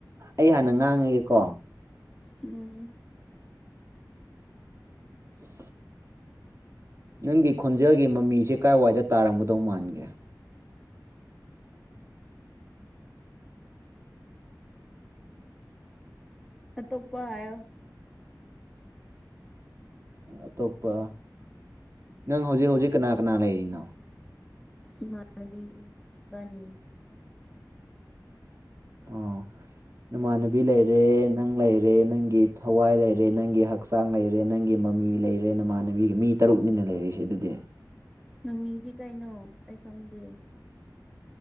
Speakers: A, on the right; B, in the centre.
A: ꯑꯩ ꯍꯥꯟꯅ ꯉꯥꯡꯉꯥꯒꯦꯀꯣ
B: ꯎꯝ
A: <inaudible> ꯅꯪꯒꯤ ꯈꯣꯟꯖꯦꯜꯒꯤ ꯃꯃꯤꯁꯦ ꯀꯥꯏꯋꯥꯏꯗ ꯇꯥꯔꯝꯒꯗꯧ ꯃꯥꯟꯒꯦ
B: ꯑꯇꯣꯞꯄ ꯍꯥꯢꯌꯣ
A: ꯑꯇꯣꯞꯄ ꯅꯪ ꯍꯧꯖꯤꯛ ꯍꯧꯖꯤꯛ ꯀꯅꯥ ꯀꯅꯥ ꯂꯩꯔꯤꯅꯣ
B: ꯏꯃꯥꯟꯅꯕꯤ ꯏꯕꯥꯅꯤ
A: ꯑꯣ ꯅꯃꯥꯟꯅꯕꯤ ꯂꯩꯔꯦ ꯅꯪ ꯂꯩꯔꯦ ꯅꯪꯒꯤ ꯊꯋꯥꯏ ꯂꯩꯔꯦ ꯅꯪꯒꯤ ꯍꯛ ꯍꯛꯆꯥꯡ ꯂꯩꯔꯦ ꯅꯪꯒꯤ ꯃꯃꯤ ꯂꯩꯔꯦ ꯅꯃꯥꯟꯅꯕꯤꯒ ꯃꯤ ꯇꯔꯨꯛꯅꯤꯅ ꯂꯩꯔꯤꯁꯦ ꯑꯗꯨꯗꯤ
B: ꯃꯥꯃꯤꯗꯤ ꯀꯩꯅꯣ ꯑꯩ ꯈꯪꯗꯦ